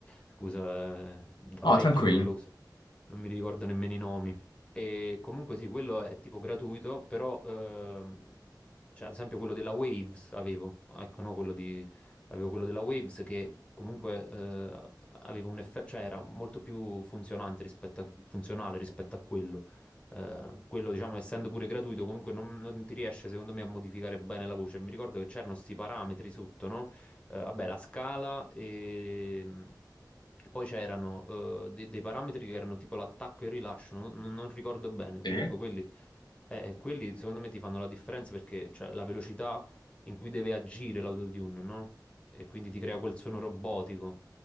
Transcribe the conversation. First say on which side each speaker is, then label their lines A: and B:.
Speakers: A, on the left; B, on the left.
A: Scusa, eh, da
B: Oh,
A: parecchio
B: tranquilli.
A: che non lo uso, non mi ricordo nemmeno i nomi. E comunque sì, quello è tipo gratuito, però ehm, cioè, ad esempio quello della Waves avevo, ecco, no, quello di avevo quello della Waves che comunque eh, aveva un effetto, cioè era molto più funzionante rispetto a, funzionale rispetto a quello. Eh, quello, diciamo, essendo pure gratuito, comunque non, non ti riesce, secondo me, a modificare bene la voce. Mi ricordo che c'erano questi parametri sotto, no? Eh, vabbè, la scala e... Poi c'erano eh, de- dei parametri che erano tipo l'attacco e il rilascio, non, non- non ricordo bene, comunque
B: Sì.
A: quelli eh, quelli secondo me ti fanno la differenza perché cioè, la velocità in cui deve agire l'autotune, no? E quindi ti crea quel suono robotico.